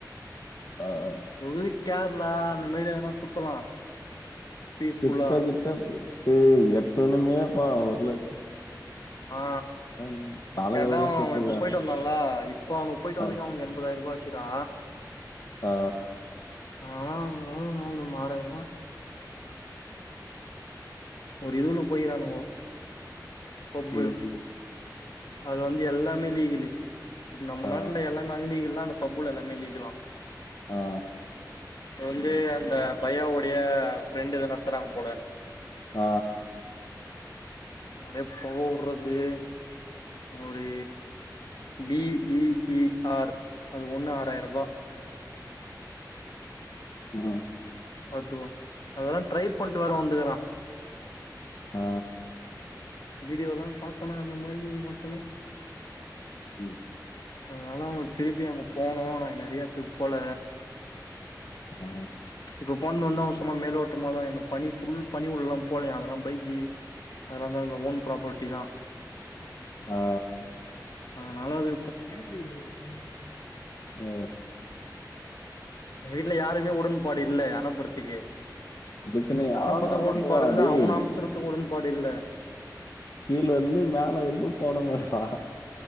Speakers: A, on the left; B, on the left.
A: ஆ ஆ
B: குதி கேரளா அந்த மாதிரி எனா சுத்தலா பீஸ்ஃபுல்லா
A: கிட்ட கிட்ட போட்டு எத்தவணுமேப்பா ஒரு லட்ச
B: ஆ
A: <unintelligible>
B: கேட்டா
A: சுத்துதாடா
B: அவ இப்ப போயிட்டு வந்தோல இப்ப அவனுக் போயிட்டு வந்துக்கக்கு
A: ஆ
B: அவனுக் எண்பதாயிர ரூபா ஆச்சுரா
A: ஆ
B: ஆமாங் வ <unintelligible> ஓர் இதுல போயிரானுங்கோ ஹப்பு
A: ம் ம்
B: அத் வந்து எல்லாமே லீகலு இப்ப நம்ம
A: ஆ
B: நாட்ல எல்லா மல்லியலா லா அந்த பப்புல எல்லாம ல்லிக்கலா
A: ஆ
B: வந்து அந்த பையா உடைய ஃப்ரெண்ட்டு இத நடத்துறாங்க போல
A: ஆ
B: நானேப் பொக உர்றது ஒரு பி இ இ ஆர் அது ஒண்ணு ஆறாயிர் ருபா
A: உ
B: பாத்துக்குவோ அதெல்லா ட்ரை பண்ட்டு வேற வந்துக்குரா
A: ஆ
B: வீடியோலா பாத்தோனா அந்த மாரி இக்குது மொத்தமே
A: ம் ம்
B: அதனால அவ்ங்க திருப்பி அங்க போனோ நா நறியா எத்துக்கு போல
A: ஆ
B: இப்போ போந்து வந்து அவ சும்மா மேலோட்டமா தா ஈந்த பனி ஃபுல் பனி உள்ளலா போலயா அதெல்லா பைக்கு அதுலந்து அதில்ல ஓன் ப்ராபர்ட்டி தா
A: ஆ
B: அதனால அது
A: <unintelligible> ஓ
B: எங்க வீட்ல யாருக்குமே உடன்பாடு இல்ல அனுப்புறத்துக்கு
A: இதுக்குன்னு
B: நானு
A: யார்ரா
B: போறத்துக்கு
A: நம்புவா
B: உடன்பாடுல்லை
A: டேய்
B: அவன அம்ச்சுட்றத்துக்கு உடன்பாடு இல்ல
A: கீழே இருந்து மேல வரிக்கு போனுமாடா